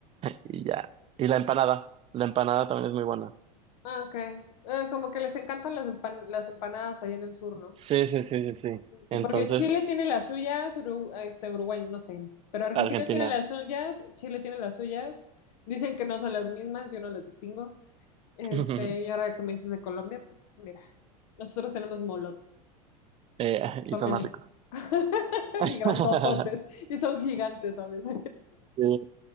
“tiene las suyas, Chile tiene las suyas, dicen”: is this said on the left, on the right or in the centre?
Left